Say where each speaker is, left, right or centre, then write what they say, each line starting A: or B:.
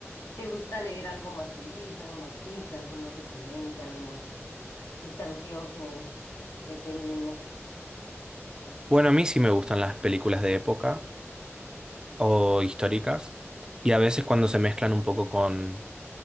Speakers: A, on the left (about 75°); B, on the right (about 15°).
A: te gusta leer algo más feliz, algo más triste, algo más deprimente, algo más sustancioso, dependiendo.
B: Bueno, a mí sí me gustan las películas de época o históricas, y a veces cuando se mezclan un poco con,